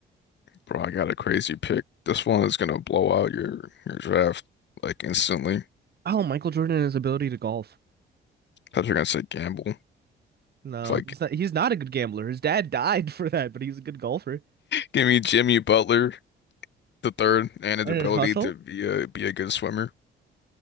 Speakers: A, on the left; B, on the right.
A: Bro, I got a crazy pick. This one is gonna blow out your your draft like instantly.
B: Oh, Michael Jordan and his ability to golf.
A: Thought you are gonna say Gamble.
B: No,
A: It's like
B: he's not. He's not a good gambler. His dad <laughs> died for that, but he's a good golfer.
A: give me Jimmy Butler the third and his
B: And
A: ability
B: his hustle?
A: to be a be a good swimmer.